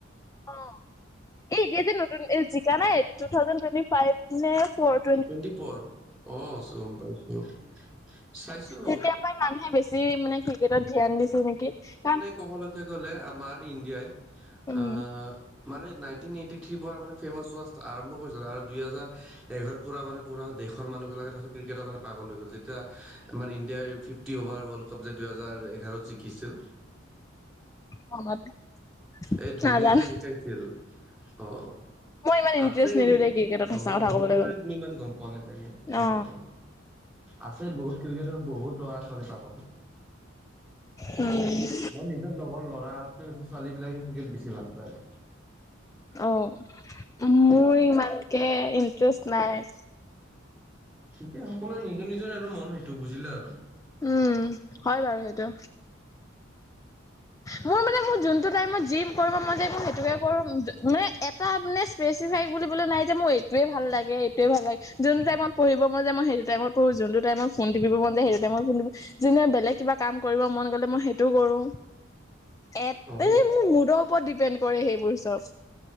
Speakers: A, on the left; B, in the centre.
A: অ'। এই এতিয়া যে নতুন এই জিকা নাই এ, টো থাউছেণ্ড টুৱেন্টি ফাইভ নে ফৰ্থ
B: টুৱেণ্টি ফৰ, অ' গ'ম পাইছো, চাইছোঁ।
A: তেতিয়াৰ পৰাই মানুহে বেছি মানে ক্ৰিকেটত ধ্যান দিছে নেকি, কাৰণ
B: ক'বলৈকে গ'লে আমাৰ ইণ্ডিয়াই
A: উম
B: আ মানে নাইনটিন এইটি থ্ৰীৰপৰা মানে ফেমাছ হোৱা ষ্টাৰ্ট আৰম্ভ কৰিছিল, আৰু দুইহেজাৰ এঘাৰত পুৰা মানে পুৰা দেশৰ মানুহবিলাক তাৰপিছত ত্ৰিকেটৰ কাৰণে পাগল হৈ গ'ল। যেতিয়া আমাৰ ইণ্ডিয়াই ফিফ ফিফটি অভাৰ ৱৰ্ল্ডাকাপ যে দুইহেজাৰ এঘাৰত জিকিছিল।
A: <unintelligible>
B: এই ধনীয়ে
A: নাজানো
B: যে জিকাইছিল, অ'।
A: মই ইমান ইন্টাৰেষ্ট
B: আছেই
A: নিদো দেই ক্ৰিকেটত সঁচা
B: অ'
A: কথা
B: সেইটো
A: ক'বলৈ গ'লে।
B: কাৰণে তুমি ইমান গ'ম পোৱা নাই চাগে কথাটো।
A: অ
B: আছে বহুত, ক্ৰিকেটৰ বহুত ল'ৰা ছোৱালী পাগল।
A: উম।
B: মোৰ নিজৰ লগত ল'ৰাতকে বেছি ছোৱালীবিলাকে ক্ৰিকেট বেছি ভাল পায়।
A: অ'
B: সেইটো
A: মোৰ ইমানকে ইন্টাৰেষ্ট নাই।
B: ঠিকে, সকলোৰে নিজৰ নিজৰ আৰু মন সেইটো, বুজিলা আৰু।
A: উম, হয় বাৰু হেইটো। মোৰ মানে মোৰ যোনটো টাইমত যি কৰিব মন যায় মই সেইটোৱেই কৰোঁ, মানে এ এটা মানে স্পেচিফাই বুলিবলে নাই যে মোৰ এইটোয়ে ভাল লাগে, এইটোয়ে ভাল লাগে, যোনটো টাইমত পঢ়িব মই যে, মই সেইটো টাইমত পঢ়ো, যোনটো টাইমত ফোন টিপিব মন যায়, সেইটো টাইমত ফোন টিপো, যোনদিনা বেলেগ কিবা কাম কৰিব মন গ'লে, মই সেইটো কৰোঁ। এ,
B: অ
A: মানে মোৰ মুডৰ ওপৰত ডিপেণ্ড কৰে সেইবোৰ চব।